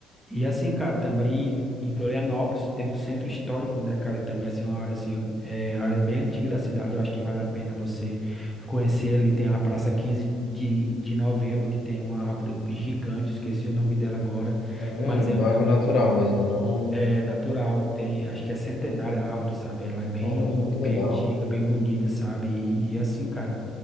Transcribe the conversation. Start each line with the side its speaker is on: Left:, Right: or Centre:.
Centre: E assim, cara, também em Florianópolis tem o centro histórico, né, cara? E também assim uma área assim, é é área bem antiga da cidade, eu acho que vale a pena você conhecer ali. Tem a Praça 15 de, de Novembro, que tem uma árvore gigante, esqueci o nome dela agora,
Left: É, é,
Centre: mas
Left: é, uma
Centre: é,
Left: árvore
Centre: é um
Left: natural mesmo, não.
Centre: é natural, tem, acho que é centenária a árvore, sabe? Ela é bem
Left: Caramba, que
Centre: bem
Left: legal.
Centre: antiga, bem bonita, sabe? E, e é assim, cara,